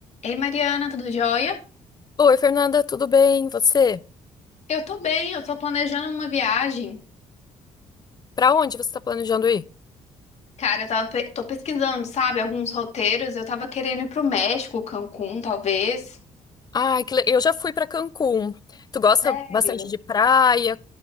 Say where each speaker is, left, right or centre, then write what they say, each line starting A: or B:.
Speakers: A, on the left (about 55°); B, on the left (about 30°).
A: Ei, Mariana, tudo jóia?
B: Oi, Fernanda, tudo bem? E Você?
A: Eu tô bem, eu tô planejando uma viagem.
B: Pra onde você tá planejando ir?
A: Cara, eu tava, pe- tô pesquisando, sabe, alguns roteiros. Eu tava querendo ir pro México, Cancún, talvez.
B: Ai, que le- eu já fui pra Cancún. Tu gosta
A: Sério?
B: bastante de praia,